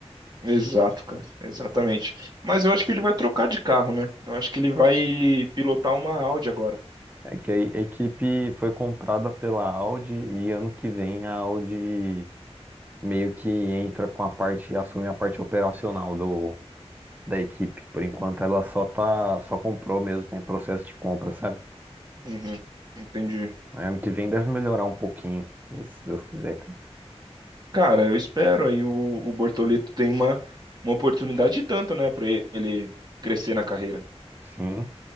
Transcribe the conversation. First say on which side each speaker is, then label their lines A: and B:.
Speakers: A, on the right (about 40°); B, on the right (about 15°).
A: Exato, cara. Exatamente. Mas eu acho que ele vai trocar de carro, né? Eu acho que ele vai pilotar uma Audi agora.
B: É que a e- equipe foi comprada pela Audi e ano que vem a Audi meio que entra com a parte, assume a parte operacional do, da equipe. Por enquanto ela só tá, só comprou mesmo, tá em processo de compra, sabe?
A: Uhum. Entendi.
B: Aí Ano que vem deve melhorar um pouquinho, se Deus quiser, cara.
A: Cara, eu espero aí o, o Bortoleto tem uma, uma oportunidade e tanto, né, pra ele crescer na carreira.
B: Sim.